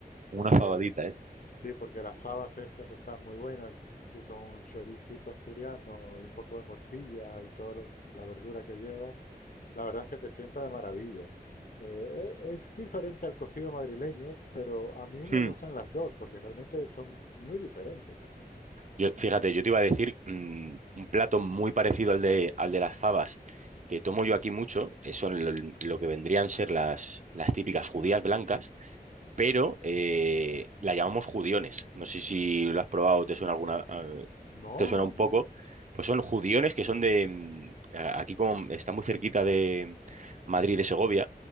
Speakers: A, on the right (about 50°); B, on the left (about 60°).
A: una
B: porque
A: fabadita, ¿eh?
B: Sí, porque las fabas estas están muy buenas y con un choricito asturiano y un poco de morcilla y toda la verdura que lleva, la verdad es que te sienta de maravilla. Eh, e- es diferente al cocido madrileño, pero a mí me
A: Hmm.
B: gustan las dos porque realmente son muy diferentes.
A: Yo, fíjate, yo te iba a decir mm, un plato muy parecido al de, al de las fabas que tomo yo aquí mucho, eh, son lo, lo que vendrían a ser las, las típicas judías blancas, pero eh, la llamamos judiones. No sé si lo has probado o te suena alguna,
B: No,
A: que suena un
B: no.
A: poco, pues son judiones que son de, mm, a- aquí como está muy cerquita de Madrid de Segovia,